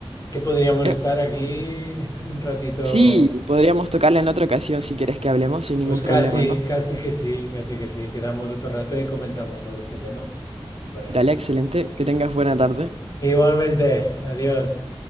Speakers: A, on the left; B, on the right.
A: que podríamos
B: Eh,
A: estar aquí un ratito.
B: sí, podríamos tocarla en otra ocasión si quieres que hablemos sin
A: Pues
B: ningún
A: casi,
B: problema, ¿no?
A: casi que sí, casi que sí. Quedamos otro rato y comentamos sobre este tema, me parece.
B: Dale, excelente. Que tengas buena tarde.
A: Igualmente, adiós.